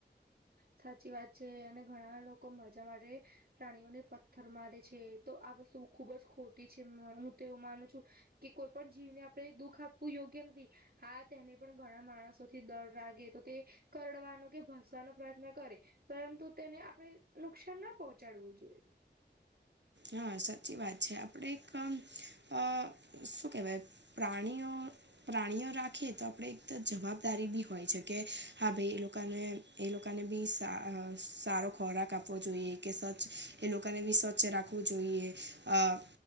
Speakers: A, on the right; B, on the right.
A: સાચી વાત છે અને ઘણા લોકો મજા માટે પ્રાણીઓને પથ્થર મારે છે તો આ વસ્તુ ખૂબ જ ખોટી છે હું તો એવું માનું છું. કે કોઈ પણ જીવને આપણે દુઃખ આપવું યોગ્ય નથી. હા તેને પણ ઘણા માણસોથી ડર લાગે તો તે કરડવા નો કે ભસવાનો પ્રયત્ન કરે પરંતુ તેને આપણે નુકસાન ન પહોંચાડવું જોઈએ.
B: હા સાચી વાત છે આપણે એક અ શું કહેવાય? પ્રાણીઓ પ્રાણીઓ રાખીએ તો આપણે એક તો જવાબદારી બી હોય છે કે હા ભઈ એ લોકાને એ લોકોને બી સારો ખોરાક આપવો જોઈએ કે સ્વચ્છ એ લોકોને બી સ્વચ્છ રાખ આપવું જોઈએ અ